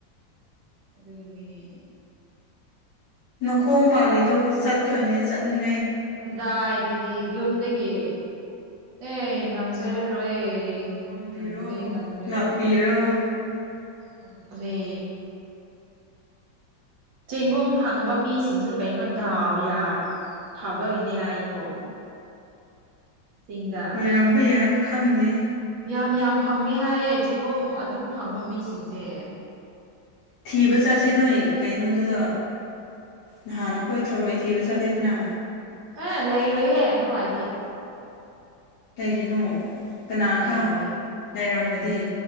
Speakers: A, on the right; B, on the left.
A: ꯑꯗꯨꯒꯤꯅꯤꯅꯦ
B: ꯅꯈꯣꯡ ꯄꯥꯜꯂꯤꯗꯣ ꯆꯠꯇꯣꯏꯅꯦ ꯆꯠꯅꯤꯡ
A: ꯀꯗꯥꯏꯗꯒꯤ ꯌꯨꯝꯗꯒꯤ ꯑꯦ ꯉꯝꯖꯔꯔꯣꯏ
B: ꯉꯝꯕꯤꯔꯣ
A: ꯉꯝꯗ꯭ꯔꯦ ꯉꯝꯗ꯭ꯔꯦ
B: ꯂꯥꯛꯄꯤꯔꯣ
A: ꯉꯝꯒ꯭ꯔꯦ ꯆꯦꯡꯒꯨꯝ ꯐꯪꯕ ꯃꯤꯁꯤꯡꯖꯨ ꯀꯩꯅꯣ ꯗꯥꯎ ꯌꯥ ꯐꯥꯕ ꯒꯤꯅꯦ ꯍꯥꯏꯀꯣ ꯆꯤꯡꯗ
B: ꯑꯣꯏꯔꯝꯕ ꯌꯥꯏ ꯈꯟꯗꯦ
A: ꯌꯥꯝ ꯌꯥꯝ ꯐꯪꯉꯦ ꯍꯥꯏꯌꯦ ꯆꯦꯡꯒꯨꯝ ꯑꯗꯨꯝ ꯐꯪꯕ ꯃꯤꯁꯤꯡꯁꯦ
B: ꯊꯤꯕ ꯆꯠꯁꯦ ꯅꯣꯏ ꯀꯩꯅꯣꯗꯨꯗ ꯅꯍꯥꯟ ꯑꯩꯈꯣꯏ ꯊꯧꯔꯣꯏ ꯊꯤꯕ ꯆꯠꯂꯤꯗꯅ
A: ꯑꯥ ꯂꯩꯔꯣꯏꯍꯦ ꯑꯗꯨꯋꯥꯏꯗꯤ
B: ꯀꯩꯒꯤꯅꯣ ꯀꯅꯥ
A: ꯂꯩꯔꯣꯏꯌꯦ
B: ꯈꯥꯡ ꯂꯩꯔꯝꯃꯗꯤ